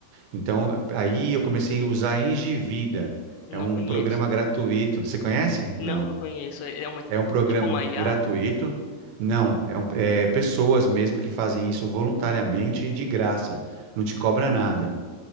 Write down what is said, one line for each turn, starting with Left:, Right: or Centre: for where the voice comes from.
Right: Então, aí eu comecei a usar a Engivida.
Left: Não
Right: É um
Left: conheço.
Right: programa gratuito. Você conhece?
Left: Não,
Right: Não.
Left: não conheço. É é uma,
Right: É um programa
Left: tipo uma IA?
Right: gratuito. Não, é, um- é pessoas mesmo que fazem isso voluntariamente e de graça. Não te cobra nada.